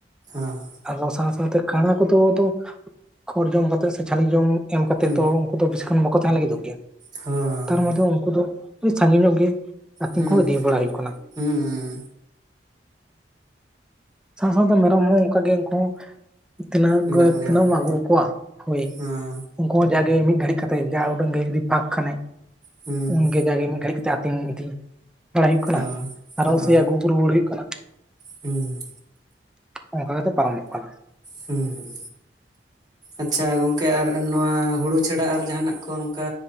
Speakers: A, on the right; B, in the centre.
A: ᱦᱮᱸ᱾
B: ᱟᱫᱚ ᱥᱟᱶ ᱥᱟᱶ ᱛᱮ ᱠᱟᱲᱟ ᱠᱚᱫᱚ ᱠᱷᱚᱲ ᱡᱚᱢ ᱠᱟᱛᱮᱫ ᱥᱮ ᱪᱷᱟᱹᱱᱤ ᱡᱚᱢ ᱮᱢ ᱠᱟᱛᱮᱫ
A: ᱦᱮᱸ
B: ᱫᱚ ᱩᱱᱠᱩ ᱫᱚ ᱵᱮᱥᱤ ᱠᱷᱚᱱ ᱵᱟᱠᱚ ᱛᱟᱦᱮᱸᱱ ᱞᱟᱹᱜᱤᱫᱚᱜ ᱜᱮᱭᱟ
A: ᱦᱩᱸ ᱦᱚᱸ
B: ᱛᱟᱨ ᱢᱚᱫᱽᱫᱷᱮ ᱩᱱᱠᱩ ᱫᱚ ᱟᱹᱰᱤ ᱥᱟᱺᱜᱤᱧ ᱧᱚᱜ ᱜᱮ ᱟᱛᱤᱧ
A: ᱦᱩᱸ
B: ᱠᱚᱦᱚᱸ ᱤᱫᱤ ᱵᱟᱲᱟ ᱦᱩᱭᱩᱜ ᱠᱟᱱᱟ᱾
A: ᱦᱩᱸ
B: ᱥᱟᱶ ᱥᱟᱶ ᱛᱮ ᱢᱮᱨᱚᱢ ᱦᱚᱸ ᱚᱱᱠᱟ ᱜᱮ ᱩᱱᱠᱩ ᱛᱤᱱᱟᱹᱜ
A: ᱢᱮᱱᱟᱜ
B: ᱜᱟᱹ
A: ᱠᱚᱜᱮᱭᱟ
B: ᱛᱤᱱᱟᱹᱜ
A: ᱵᱟᱝ
B: ᱮᱢ ᱟᱹᱜᱩ ᱠᱚᱣᱟ ᱦᱳᱭ᱾
A: ᱦᱮᱸ
B: ᱩᱱᱠᱩ ᱦᱚᱸ ᱡᱟᱜᱮ ᱢᱤᱫ ᱜᱷᱟᱹᱲᱤᱡ ᱠᱟᱛᱮ ᱡᱟ ᱩᱰᱟᱹᱝ ᱜᱮ ᱡᱩᱫᱤ ᱯᱷᱟᱠ ᱠᱷᱟᱱᱮ
A: ᱦᱩᱸ
B: ᱩᱱᱜᱮ ᱡᱮ ᱢᱤᱫ ᱜᱷᱟᱹᱲᱤ ᱠᱟᱛᱮ ᱟᱹᱛᱤᱝ ᱤᱫᱤ ᱵᱟᱲᱟᱭ ᱦᱩᱭᱩᱜ ᱠᱟᱱᱟ
A: ᱦᱮᱸ
B: ᱟᱨᱚ
A: ᱦᱮᱸ
B: ᱥᱮ ᱟᱹᱜᱩ ᱠᱚ ᱨᱩᱣᱟᱹᱲ ᱦᱩᱭᱩᱜ ᱠᱟᱱᱟ᱾
A: ᱦᱩᱸ᱾
B: ᱚᱱᱠᱟ ᱜᱮᱛᱚ ᱯᱟᱨᱚᱢᱚᱜ ᱠᱟᱱᱟ᱾
A: ᱦᱩᱸ ᱦᱩᱸ᱾ ᱟᱪᱪᱷᱟ ᱜᱚᱝᱠᱮ ᱟᱨ ᱱᱚᱣᱟ ᱦᱩᱲᱩ ᱪᱷᱟᱰᱟ ᱟᱨ ᱡᱟᱦᱟᱱᱟᱜ ᱠᱚ ᱱᱚᱝᱠᱟ